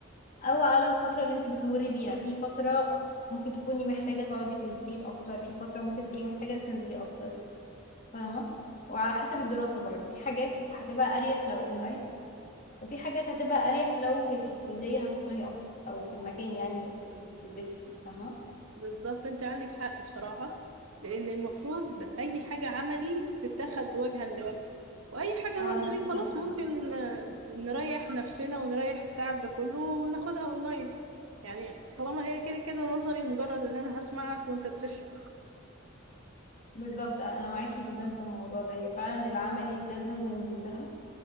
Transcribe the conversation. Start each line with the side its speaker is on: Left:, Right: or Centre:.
Left: او على الفترة اللي انت بتمري بيها في فترة ممكن تكوني محتاجة تقعدي في البيت اكتر في فترة ممكن تكوني محتاجة تنزلي اكتر فاهمة وعلى حسب الدراسة برضه في حاجات هتبقى اريح لو اونلاين وفي حاجات هتبقى اريح لو في الكلية هتفهمي اكتر او في المكان يعني اللي بتدرسي فيه فاهمة
Right: بالظبط انت عندك حق بصراحة لان المفروض اي حاجة عملي تتاخد وجها لوجه واي حاجة
Left: اه
Right: نظري
Left: انا شايفة
Right: خلاص
Left: كده
Right: ممكن
Left: فاهمة
Right: آه نريح نفسنا ونريح التعب ده كله وناخدها اونلاين يعني طالما هي كده كده نظري مجرد ان انا هسمعك وانت بتشرح
Left: بالظبط انا معاكي جدا في الموضوع ده هي فعلا العملي لازم ننزل لها